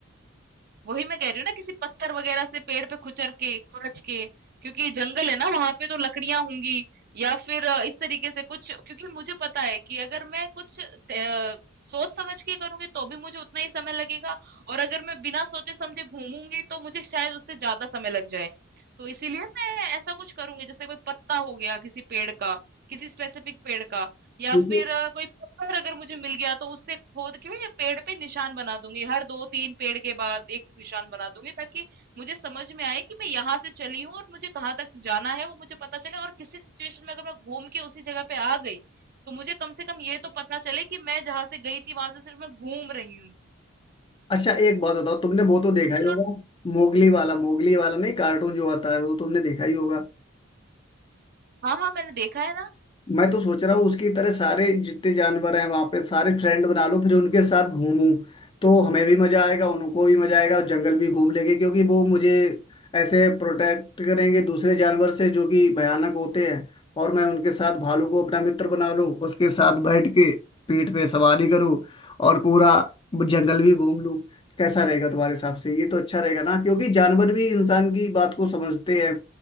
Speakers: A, on the right (about 50°); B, on the left (about 25°).
A: वही मैं कह रही हूँ ना किसी पत्थर वगैरह से पेड़ पे खुचर के खुरच के क्योंकि जंगल है ना वहां पे तो लकड़ियां होंगी या फिर अ, इस तरीके से कुछ क्योंकि मुझे पता है कि अगर मैं कुछ अ, सोच समझ के करूंगी तो भी मुझे उतना ही समय लगेगा और अगर मैं बिना सोचे समझे घूमूंगी तो मुझे शायद उससे ज्यादा समय लग जाए तो इसीलिए मैं ऐसा कुछ करूंगी जैसे कोई पत्ता हो गया किसी पेड़ का किसी स्पेसिफिक पेड़ का या
B: क्योंकि
A: फिर अ, कोई पत्थर अगर मुझे मिल गया तो उससे खोद के या पेड़ पे निशान बना दूंगी हर दो तीन पेड़ के बाद एक निशान बना दूंगी ताकि मुझे समझ में आए कि मैं यहाँ से चली हूँ और मुझे कहाँ तक जाना है वो मुझे पता चले और किसी सिचुएशन में अगर मैं घूम के उसी जगह पे आ गई तो मुझे कम से कम ये तो पता चले कि मैं जहाँ से गई थी वहां से सिर्फ मैं घूम रही हूँ
B: अच्छा एक बात बताओ तुमने वो तो
A: अच्छा
B: देखा
A: चलो
B: ही होगा मोगली वाला मोगली वाला नहीं कार्टून जो आता है वो तो तुमने देखा ही होगा
A: हाँ हाँ मैंने देखा है ना
B: मैं तो सोच रहा हूँ उसकी तरह सारे जितने जानवर हैं वहां पे सारे फ्रेंड बना लूं फिर उनके साथ घूमूं तो हमें भी मजा आएगा उनको भी मजा आएगा और जंगल भी घूम लेंगे क्योंकि वो मुझे ऐसे प्रोटेक्ट करेंगे दूसरे जानवर से जो कि भयानक होते हैं और मैं उनके साथ भालू को अपना मित्र बना लूं उसके साथ बैठ के पीठ पे सवारी करूं और पूरा जंगल भी घूम लूं कैसा रहेगा तुम्हारे हिसाब से ये तो अच्छा रहेगा ना क्योंकि जानवर भी इंसान की बात को समझते हैं